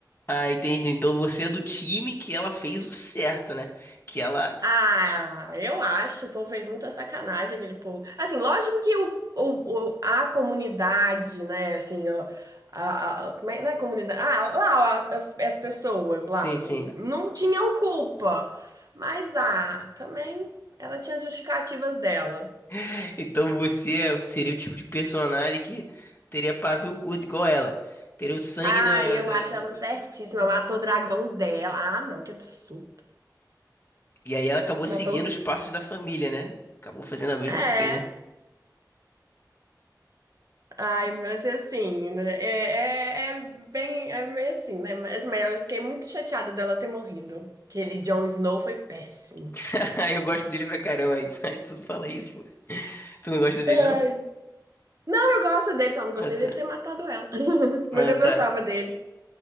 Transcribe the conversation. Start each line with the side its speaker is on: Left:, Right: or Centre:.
Left: Ah, entendi. Então você é do time que ela fez o certo, né? Que ela.
Right: Ah, eu acho, o povo fez muita sacanagem aquele povo. Assim, lógico que o, o, o- a comunidade, né, assim, ó, a, a- como é, não é comunidade, ah, lá, ó, as, as pessoas lá,
Left: Sim,
Right: n-
Left: sim.
Right: não tinham culpa, mas, ah, também, ela tinha justificativas dela.
Left: <laughs> Então você é- seria o tipo de personagem que teria pavio curto igual ela. Teria o sangue
Right: Ah,
Left: da,
Right: eu
Left: da-
Right: acho
Left: do...
Right: ela certíssima, matou o dragão dela, ah, não, que absurdo.
Left: E aí ela acabou seguindo
Right: Matou os...
Left: os passos da família, né? Acabou fazendo a mesma
Right: É.
Left: coisa.
Right: Ai, mas assim, né, é, é, é bem, é meio assim, né? Mas, assim, mas eu fiquei muito chateada dela ter morrido. Aquele Jon Snow foi péssimo.
Left: <laughs> Eu gosto dele pra caramba, aí, aí tudo fala isso, pô. Tu não gosta dele,
Right: Ai.
Left: não?
Right: Não, eu gosto dele, só não gostei
Left: Ah, tá.
Right: dele ter matado ela. <laughs> Mas
Left: Ah,
Right: eu
Left: tá.
Right: gostava dele.